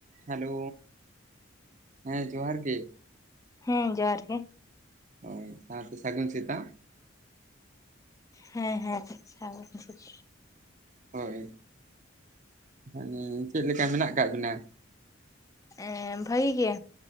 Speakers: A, on the right; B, on the left.
A: ᱦᱮᱞᱳ ᱦᱮᱸ ᱡᱚᱦᱟᱨ ᱜᱮ᱾
B: ᱦᱮᱸ ᱡᱚᱦᱟᱨ ᱜᱮ
A: ᱦᱳᱭ ᱥᱟᱶᱛᱮ ᱥᱟᱹᱜᱩᱱ ᱥᱮᱛᱟᱜ᱾
B: ᱦᱮᱸ ᱦᱮᱸ ᱥᱟᱹᱜᱩᱱ ᱥᱮᱛᱟᱜ᱾
A: ᱦᱳᱭ ᱤᱧᱻ ᱪᱮᱫ ᱞᱮᱠᱟ ᱢᱮᱱᱟᱜ ᱠᱟᱜ ᱵᱤᱱᱟ?
B: ᱮᱸ ᱵᱷᱟᱹᱜᱤ ᱜᱮ᱾